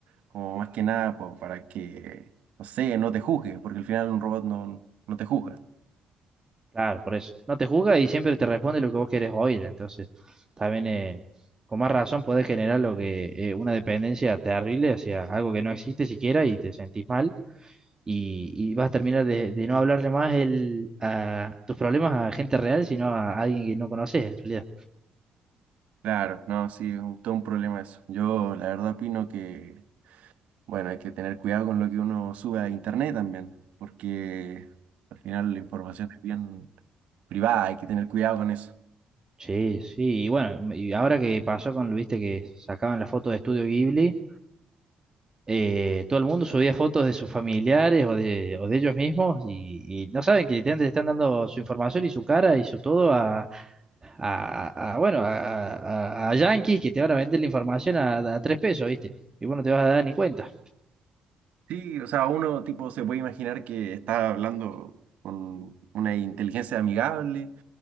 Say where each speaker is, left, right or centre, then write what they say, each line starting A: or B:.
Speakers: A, on the right (about 65°); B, on the right (about 25°).
A: como más que nada po- para que, no sé, no te juzgue, porque al final un robot no, no te juzga.
B: claro, por eso. No te juzga y siempre te responde lo que vos querés oír, entonces también eh, con más razón podés generar lo que eh, una dependencia terrible hacia algo que no existe siquiera y te sentís mal y, y vas a terminar de, de no hablarle más el, a tus problemas a gente real, sino a alguien que no conoces, realidad.
A: Claro, no, sí, es un- todo un problema eso. Yo la verdad opino que Bueno, hay que tener cuidado con lo que uno sube a internet también, porque al final la información es bien privada, hay que tener cuidado con eso.
B: Sí, sí, y bueno, y ahora que pasó con, viste, que sacaban la foto de Estudio Ghibli, eh, todo el mundo subía fotos de sus familiares o de, o de ellos mismos y, y no saben que literalmente le están dando su información y su cara y su todo a, a- a- bueno, a, a, a yanquis que te van a vender la información a, a tres pesos, viste, y vos no te vas a dar ni cuenta.
A: Sí, o sea, uno tipo se puede imaginar que está hablando con una inteligencia amigable,